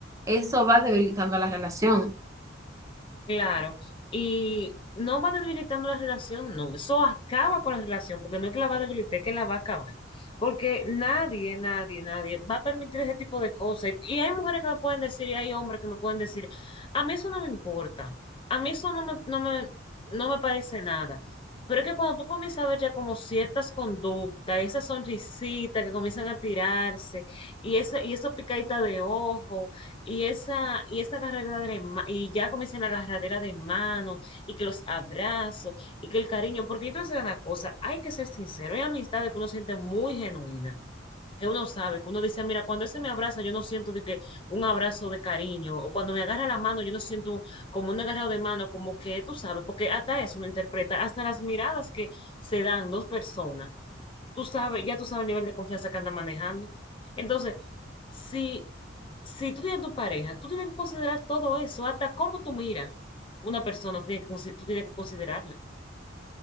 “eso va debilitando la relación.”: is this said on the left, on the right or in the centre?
Right